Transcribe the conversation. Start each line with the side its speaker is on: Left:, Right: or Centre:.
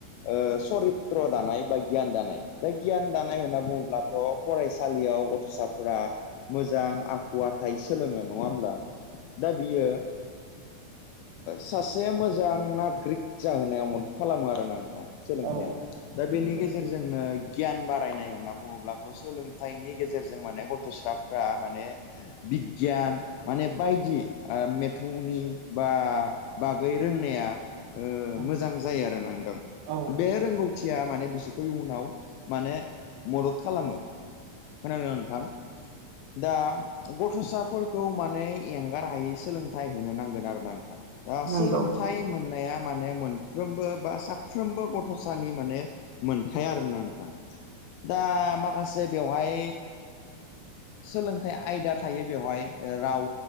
Left: ओ सरित्र दानाय बा गियान दानाय दा गियान दानाय होनना बुङोब्लाथ' फरायसालियाव गथ'साफोरा मोजां आखुवथाय सोलोङो नङा होमब्ला दा बियो सासे मोजां नागरिक जाहोनायाव मदद खालामो आरोोना नोंथां सोलोंथाइया
Right: औ
Left: दा
Right: नंगौ
Left: बेनि गेजेरजोंनो गियान बारायनाय होनना बुङोब्लाथ' सोलोंथाइनि गेजेरजों माने गथ'साफ्रा माने बिगियान माने बायदि मेथौनि बा बागै रोंनाया
Right: औ
Left: मोजां जायो आरो ना
Right: औ
Left: बे रोंगौथिया माने बिसोरखौ इयनाव माने मदद खालामो खोनाबादों नोंथां दा गथ'साफोरखौ माने एंगार हायै सोलोंथाइ होनो नांगोन आरो ना दा
Right: नंगौ
Left: सोलोंथाइ मोननाया माने मोन साफ्रोमबो बा साफ्रोमबो गथ'सानि माने मोनथाय आरोना नोंथां दा माखासे बेवहाय सोलोंथाइ आयदा थायो बेवहाय राव